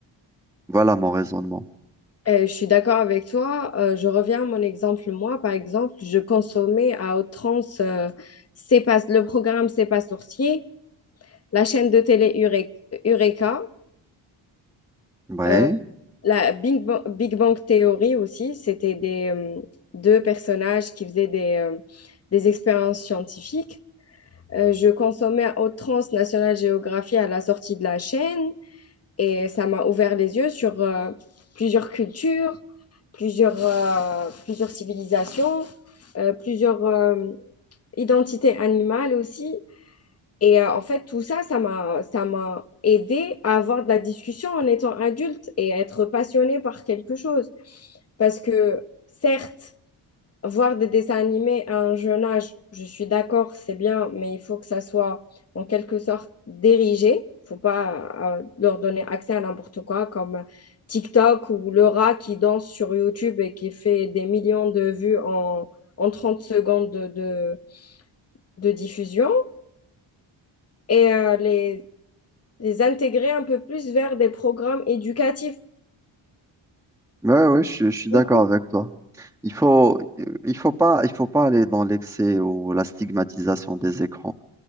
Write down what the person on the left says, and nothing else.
Euh, je suis d'accord avec toi. Euh, je reviens à mon exemple. Moi, par exemple, je consommais à outrance euh, C'est pas, le programme C'est pas sorcier, la chaîne de télé Ure- Eureka,
euh, la Big Bang, Big Bang Theory aussi. C'était des euh, deux personnages qui faisaient des, euh, des expériences scientifiques. Euh, je consommais à outrance National Geography à la sortie de la chaîne et ça m'a ouvert les yeux sur euh, plusieurs cultures, plusieurs, euh, plusieurs civilisations, euh, plusieurs euh, identités animales aussi. Et euh, en fait, tout ça, ça m'a, ça m'a aidé à avoir de la discussion en étant adulte et à être passionnée par quelque chose. Parce que certes, voir des dessins animés à un jeune âge, je suis d'accord, c'est bien, mais il faut que ça soit en quelque sorte dirigé. Faut pas euh, leur donner accès à n'importe quoi, comme TikTok ou le rat qui danse sur YouTube et qui fait des millions de vues en, en 30 secondes de, de, de diffusion. Et euh, les, les intégrer un peu plus vers des programmes éducatifs.
Beaucoup.